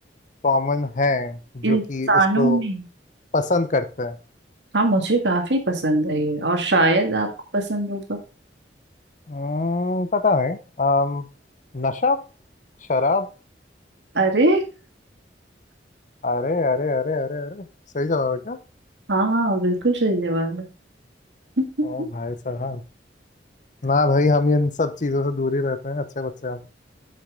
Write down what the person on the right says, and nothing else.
इंसानों
में
हाँ मुझे काफी पसंद है ये और शायद आपको पसंद होगा
अरे
हाँ हाँ, बिल्कुल सही जवाब है
<laughs>